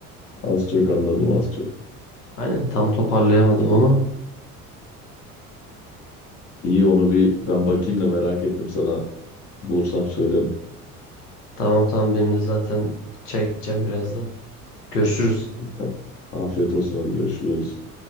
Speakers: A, on the left; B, on the left.
A: Az çok anladım az çok.
B: Aynen tam toparlayamadım ama
A: İyi onu bir ben bakayım da merak ettim sana. Bulursam söylerim.
B: tamam tamam benim de zaten çay içeceğim birazdan. Görüşürüz.
A: Tamam. Afiyet olsun hadi görüşürüz.